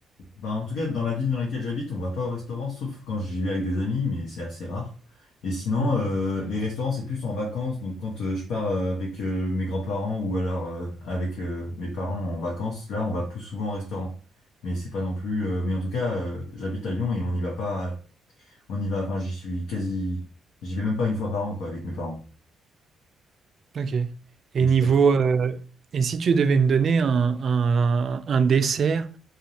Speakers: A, on the left; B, on the right.
A: Bah, en tout cas, dans la ville dans laquelle j'habite, on va pas au restaurant, sauf quand j'y vais avec des amis, mais c'est assez rare. Et sinon,
B: Mhm.
A: euh, les restaurants, c'est plus en vacances. Donc quand euh, je pars euh, avec euh, mes grands-parents ou alors euh, avec euh, mes parents en vacances, là, on va plus souvent au restaurant. Mais c'est pas non plus. euh, mais en tout cas, euh, j'habite à Lyon et on n'y va pas. On y va. Enfin, j'y suis quasi. J'y vais même pas une fois par an, quoi, avec mes parents.
B: Ok. Et
A: Mais
B: niveau,
A: je suis d'accord.
B: euh, et si tu devais me donner un, un- un dessert